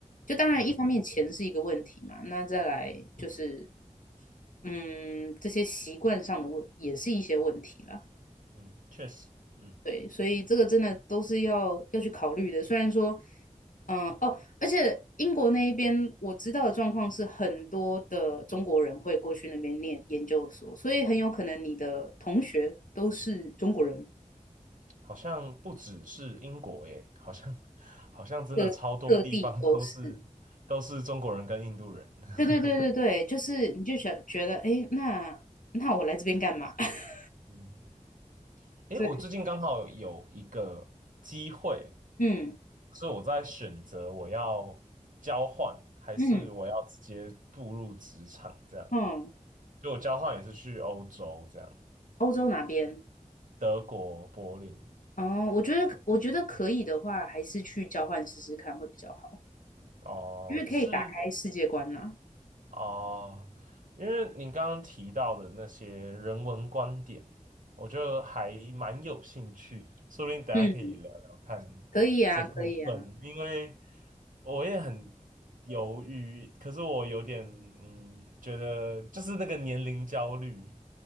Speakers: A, on the left (about 85°); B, on the right (about 80°).
A: 就当然一方面钱是一个问题嘛，
B: 嗯
A: 那再来就是嗯这些习惯上的问也是一些问题啦。
B: 嗯，确实，嗯。
A: 对，所以这个真的都是要要去考虑的。虽然说，嗯、哦，而且英国那一边我知道的状况是，很多的中国人会过去那边念研究所，所以很有可能你的同学都是中国人，
B: 好像不只是英国耶，好像好像真的超多地方
A: 各各地都是。
B: <laughs> 都是都是中国人跟印度人。
A: 对对对对对，
B: <laughs>
A: 就是你就想觉得，哎，那那我来这边干嘛？<laughs>
B: 嗯，诶，
A: 所以，
B: 我最近刚好有一个机会，
A: 嗯
B: 所以我在选择我要交换还是我要直接步入职场这样。
A: 嗯嗯，
B: 就我交换也是去欧洲这样，
A: 欧洲哪边？
B: 德国柏林
A: 哦，我觉得我觉得可以的话，还是去交换试试看会比较好。
B: 哦，
A: 就是可以打开世界观呐、
B: 是哦，因为你刚刚提到的那些人文观点，我觉得还蛮有兴趣的，说不定等下可以聊聊看这部分，
A: 嗯，可以啊，可以啊。
B: 因为我也很犹豫，可是我有点嗯，觉得就是那个年龄焦虑，